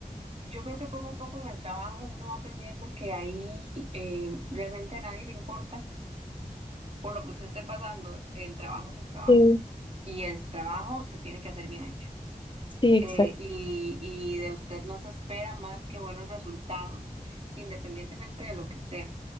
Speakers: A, on the right; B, on the left.
A: yo creo que poco a poco en el trabajo uno va aprendiendo que ahí eh, realmente a nadie le importa por lo que usted esté pasando, el trabajo es el trabajo
B: Sí.
A: y el trabajo se tiene que hacer bien hecho.
B: Sí, exacto.
A: eh, y, y de usted no se espera más que buenos resultados, independientemente de lo que sea.